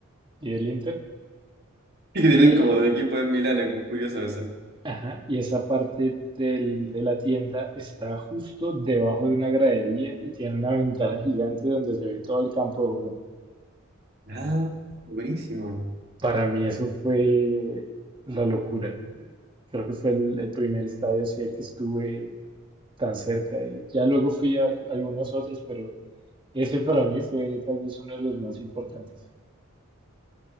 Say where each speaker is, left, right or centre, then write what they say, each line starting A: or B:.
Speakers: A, on the right; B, on the right.
A: y del Inter.
B: Y que
A: Y,
B: tienen como dos equipos en Milán, es muy curioso eso.
A: ajá, y esa parte del- de la tienda está justo debajo de una gradería y tiene una ventana gigante donde se ve todo el campo de juego.
B: Ah, buenísimo.
A: para mí eso fue la locura. Creo que fue el, el primer estadio así al que estuve tan cerca. Y ya luego fui a al- algunos otros, pero ese para mí fue tal vez uno de los más importantes.